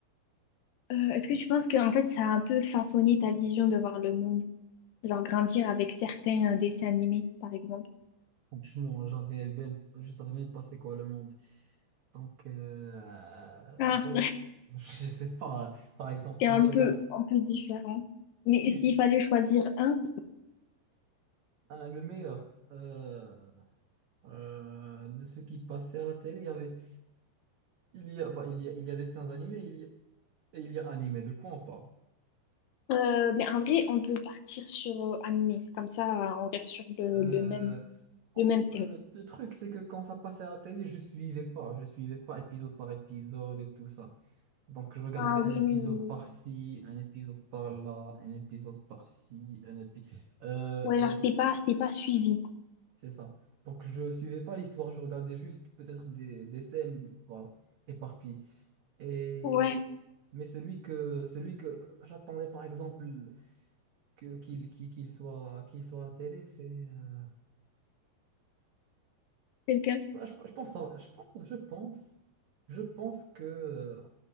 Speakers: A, on the left; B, on the right.
A: euh, est-ce que tu penses que en fait, ça a un peu façonné ta vision de voir le monde? Genre grandir avec certains euh, dessins animés, par exemple.
B: Franchement, j'avais même, je savais même pas c'est quoi le monde. Donc, euh, euh,
A: Ah.
B: re- <laughs> je sais pas. Par exemple,
A: C'est
B: si
A: un
B: je regarde,
A: peu, un peu différent. Mais
B: si je,
A: s'il fallait choisir un,
B: euh, le meilleur euh, euh, de ce qui passait à la télé, il y avait, il y a, bah, il y a, il y a des dessins animés, il y a, Et il y a animé, de quoi on parle?
A: Euh, mais en vrai, on peut partir sur euh, animé. Comme ça, on reste sur le,
B: Euh,
A: le même,
B: enf-
A: le même thème.
B: le, le truc, c'est que quand ça passait à la télé, je suivais pas. Je suivais pas épisode par épisode et tout ça. Donc, je regardais
A: Ah
B: un
A: oui,
B: épisode
A: oui, oui.
B: par-ci,
A: oui.
B: un épisode par-là, un épisode par-ci, un épisode...
A: Ouais,
B: et
A: genre,
B: bon,
A: c'était pas, c'était pas suivi.
B: c'est ça. Donc, je suivais pas l'histoire. Je regardais juste peut-être des, des scènes, voilà, éparpillées. Et...
A: Ouais,
B: Mais celui que, celui que j'attendais, par exemple, que, qu'il, qu'il qu'il soit, qu'il soit à la télé, c'est... euh,
A: c'est le cas.
B: Je, je- je pense, ça- je pense, je pense, je pense que, euh,